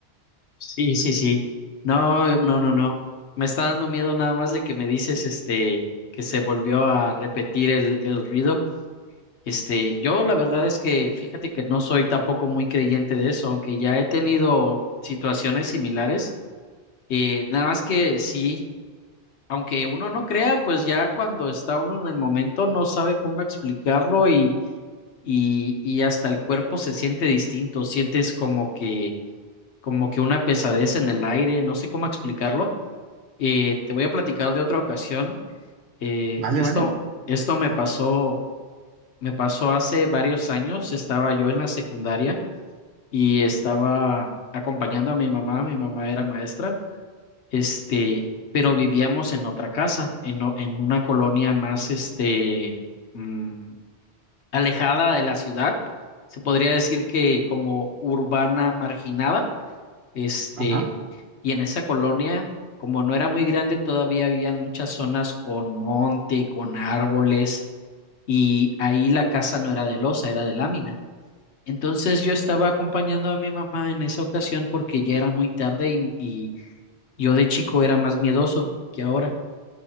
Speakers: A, on the left (about 80°); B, on the right (about 70°).
A: sí, sí, sí. No, no, no, no. Me está dando miedo nada más de que me dices, este, que se volvió a repetir el, el ruido. Este, yo la verdad es que fíjate que no soy tampoco muy creyente de eso, aunque ya he tenido situaciones similares. Eh, nada más que sí, aunque uno no crea, pues ya cuando está uno en el momento no sabe cómo explicarlo y, y, y hasta el cuerpo se siente distinto. Sientes como que como que una pesadez en el aire, no sé cómo explicarlo. Eh, te voy a platicar de otra ocasión. Eh,
B: ¿Vale,
A: esto,
B: vale?
A: esto me pasó, me pasó hace varios años. Estaba yo en la secundaria y estaba acompañando a mi mamá. Mi mamá era maestra, este, pero vivíamos en otra casa, en, o- en una colonia más, este, mm, alejada de la ciudad. Se podría decir que como urbana marginada. Este,
B: Ajá.
A: Y en esa colonia, como no era muy grande, todavía había muchas zonas con monte, con árboles, y ahí la casa no era de losa, era de lámina. Entonces yo estaba acompañando a mi mamá en esa ocasión porque ya era muy tarde y, y yo de chico era más miedoso que ahora.